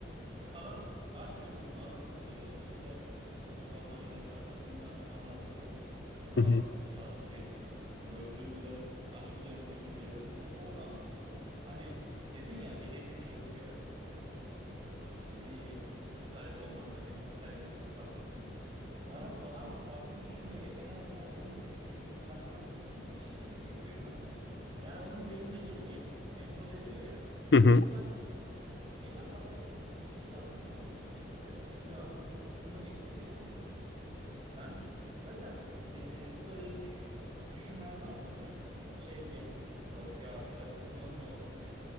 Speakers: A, on the right; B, on the left.
A: Kalan aşk mektubunu adamın e, işte bu Almanya'daki aşkınla anlattığı kısım
B: Hı hı.
A: asıl çarpıcı, etkileyici kısım. Böyle duyguları, aşk üzerine düşüncelerini orada anlatıyor. Hani dedin ya edebi bir şey okuyarak e, bir fikir sahibi olmak hani kişisel gelişim parçası mı? Bana adam farklı düşünmeyi en azından onun gibi düşündüğünü ben nasıl düşüneyim bir kişi gibi yüzde yüz nasıl düşünebilirsin? Yani onun beynine girmeyi empoze ediyor ya.
B: Hı hı.
A: O yüzden birden fazla kişiliği anlamış oluyorsun bir şey okuyarak. Şimdi aklım onu onu getirdi yani söylediğin şey. Ben zaten e, böyle düş, düşünmeyen var mıdır ya? Şey diyen yok ya kitap okunur mu? <laughs> Kitap,